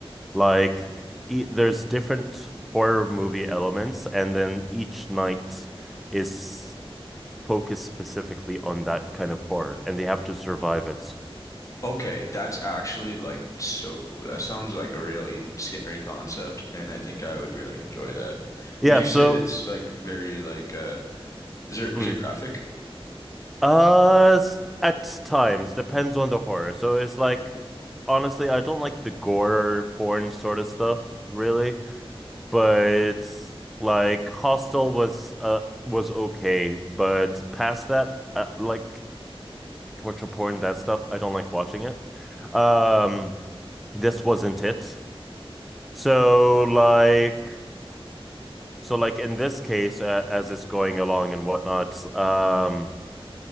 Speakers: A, in the centre; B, on the left.
A: Like e there's different horror movie elements, and then each night is focused specifically on that kind of horror, and they have to survive it.
B: Okay, that's actually like so cool. That sounds like a really scary concept, and I think I would really enjoy that.
A: Yeah,
B: Would you
A: so.
B: say that's like very like uh is there
A: mm.
B: is it graphic?
A: Uh, s- at times, depends on the horror. So it's like, honestly, I don't like the gore porn sort of stuff, really. But like, Hostel was uh was okay, but past that, uh, like torture porn, that stuff, I don't like watching it. Um, this wasn't it. So like, so like in this case, uh, as it's going along and whatnot, um,